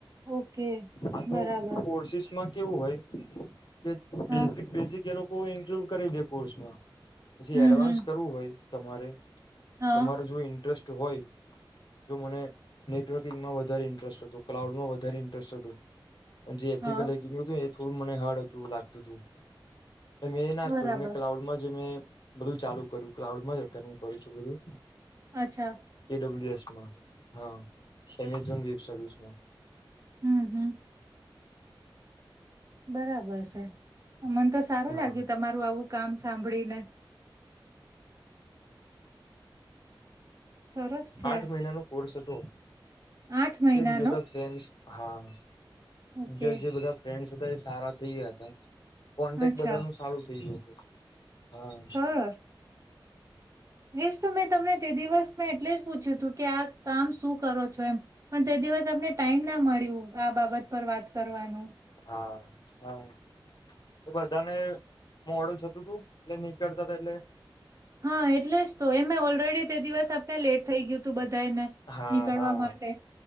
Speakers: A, on the right; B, on the left.
A: ઓકે
B: હા તો
A: બરાબર
B: કોર્સિસમાં કેવું હોય કે,
A: હ
B: બેઝિક બેઝિક એ લોકો ઇન્કલુડ કરી દે કોર્સમાં. પછી
A: હમ
B: એડવાન્સ
A: હમ
B: કરવું હોય તમારે
A: હા
B: તમારે જો ઇન્ટરેસ્ટ હોય જો મને નેટવર્કિંગમાં વધારે ઇન્ટરેસ્ટ હતો, ક્લાઉડમાં વધારે ઇન્ટરેસ્ટ હતો. પણ જે એથિકલ
A: હા
B: <unintelligible> હતું ને એ થોડું મને હાર્ડ અતું લાગતુતું. મેં એ ના કર્યું.
A: બરાબર
B: મે ક્લાઉડમાં જ મે બધું ચાલુ કર્યું. ક્લાઉડમાં જ અત્યારે હું કરું છું બધું.
A: અચ્છા.
B: ડબલ્યુ એસમાં. હા, એમેઝોન વેબ સર્વિસમાં.
A: હમ હમ. બરાબર છે. મનતો સારું
B: હા
A: લાગ્યું તમારું આવું કામ સાંભળીને. સરસ છે.
B: આઠ મહિનાનો કોર્સ હતો
A: આઠ મહિનાનો
B: બીજોતો ફ્રેન્ડ્સ હા,
A: ઓકે
B: બીજા જે બધા ફ્રેન્ડ્સ હતા એ સારા થઈ ગયા હતા. કોન્ટેક્ટ
A: અચ્છા
B: બધાનું સારું થઈ ગયું હતું. હા
A: સરસ. એજતો મેં તમને તે દિવસ મેં એટલે જ પૂછ્યું હતું કે આ કામ શું કરો છો એમ પણ તે દિવસે અમને ટાઈમના મળ્યું આ બાબત પર વાત કરવાં.
B: હા, હા. એ બધાને મોડું થતુંતું. એટલે નીકળતાતા એટલે
A: હા, એટલે જ તો એમે ઓલરેડી તે દિવસે આપણે લેટ થઈ ગ્યુંતુ બધ તેને
B: હા
A: નીકળવા
B: હા
A: માટે